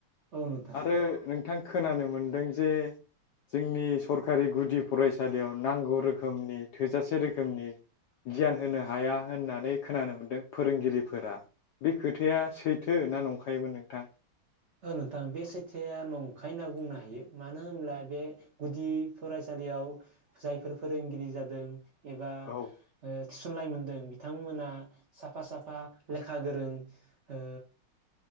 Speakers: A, on the right; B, on the left.
A: औ नोंथां
B: आरो नोंथां खोनानो मोन्दों जे जोंनि सरखारि गुदि फरायसालियाव नांगौ रोखोमनि थोजासे रोखोमनि गियान होनो हाया होननानै खोनानो मोन्दों फोरोंगिरिफोरा बे खोथाया सैथो ना नंखायमोन नोंथां
A: ओ नोंथां बे सैथो आ नंखाय होनना बुंनो हायो मानो होनब्ला बे गुदि फरायसालियाव जायफोर फोरोंगिरि जादों एबा ओ
B: औ
A: थिसननाय मोनदों बि थां मोना साफा साफा लेखा गोरों ओ